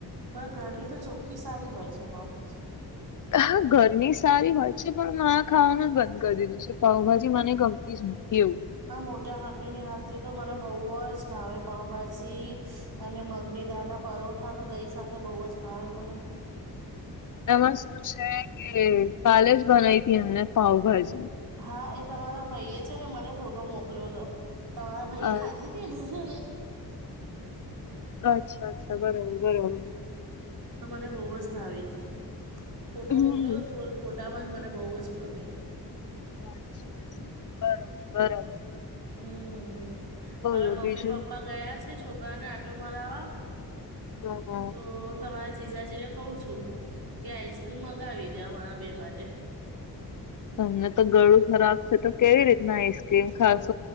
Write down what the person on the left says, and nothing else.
હાં ઘરની સારી હોય છે પણ આ ખાવાનું જ બંધ કરી દીધું છે. પાઉભાજી મને ગમતી જ નથી એવું.
એમાં શું છે કે કાલે જ બનાઇ હતી એમને પાવભાજી.
અચ્છા
અચ્છા અચ્છા બરોબર બરોબર!
હમ
<unintelligible> બરોબર બરોબર
બોલો
બીજું
હા હા
તમને તો ગળું ખરાબ છે તો કેવી રીતના આઈસ્ક્રીમ ખાસો?